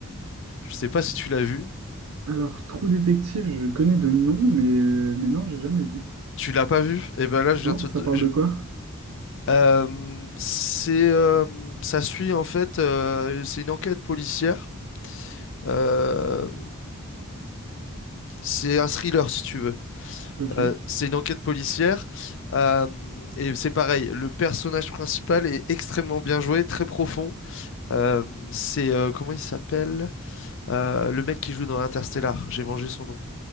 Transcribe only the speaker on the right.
Alors Trou Détective, je connais de nom, mais euh, mais non, j'ai jamais vu.
Non,
ça
parle
de quoi?
Ok.